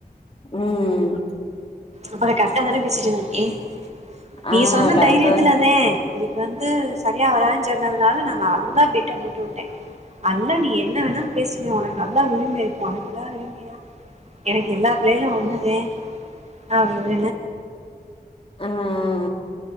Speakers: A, on the left; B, on the right.
A: உம்
B: அப்பறம் கரெக்டா தானே பேசிட்டுருக்கேன் நீ
A: ஆ
B: சொன்ன
A: கரெக்டா
B: தைரியத்துலதேன் இது வந்து சரியா வராதுன்னு சொன்னதுனால நான் நல்லா பிட்ட முடி விட்டேன் அல்லா நீ என்ன வேணா பேசுமேன் உனக் நல்லா உரிமையா இருக்கு உனக்கு இல்லாத உரிமைய எனக்கு எல்லா பிள்ளைகளும் ஒண்ணுதேன் அவ <inaudible>
A: உம் உம்